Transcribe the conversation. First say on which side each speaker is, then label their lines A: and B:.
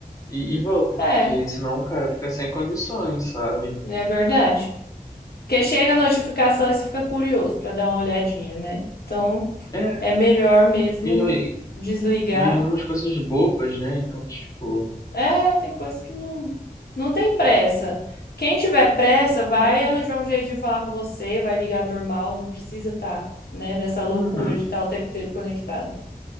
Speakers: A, on the left (about 20°); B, on the left (about 85°).
A: e, e vou, porque
B: É,
A: senão, cara, fica sem condições, sabe?
B: é verdade. Porque chega a notificação e você fica curioso para dar uma olhadinha, né? Então
A: É,
B: é melhor mesmo
A: e, e,
B: desligar.
A: e às vezes umas coisas bobas, né, então, tipo,
B: É, tem coisas que não, não tem pressa. Quem tiver pressa vai
A: é,
B: arranjar um jeito de falar com você, vai ligar normal, não precisa estar, né, nessa loucura
A: uhum.
B: de estar o tempo inteiro conectado,